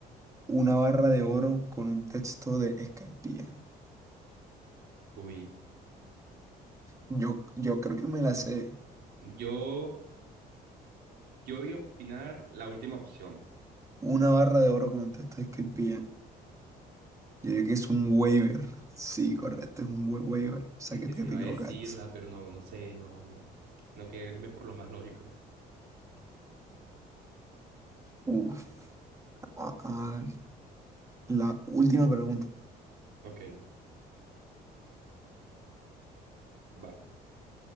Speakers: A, on the right (about 20°); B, on the right (about 70°).
A: una barra de oro con un texto de Escaipilla.
B: uy.
A: Yo, yo creo que me la sé.
B: Yo, yo voy a opinar la última opción.
A: Una barra de oro con un texto de Escaipilla. Yo diría que es un waiver. Sí, correcto, es un wa- waiver. O sea, que, que
B: se
A: te
B: iba
A: equivocaste.
B: a decirla, pero no, no sé, no, no quería irme por lo más lógico.
A: Uf. ah, ah, la última pregunta.
B: Ok, va.